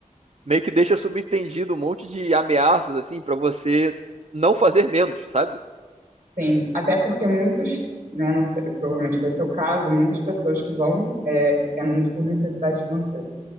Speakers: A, on the right; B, on the right.
A: meio que deixam subentendido um monte de ameaças, assim, pra você não fazer menos, sabe?
B: Sim, até porque muitos, né, não sei, provavelmente foi seu caso, muitas pessoas que vão é, é muito por necessidade financeira,